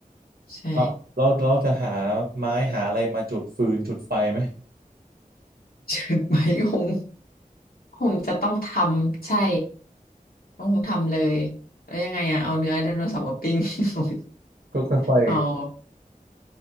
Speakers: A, on the left (about 80°); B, on the right (about 85°).
A: ใช่
B: เราเราเราจะหาไม้หาอะไรมาจุดฟืนจุดไฟไหม
A: เชิง <laughs> ไหมคงคงจะต้องทำใช่ต้องทำเลยแล้วยังไงอ่ะเอาเนื้อไดโนเสาร์มาปิ้ง <laughs> โ
B: ก็ค่อย
A: อ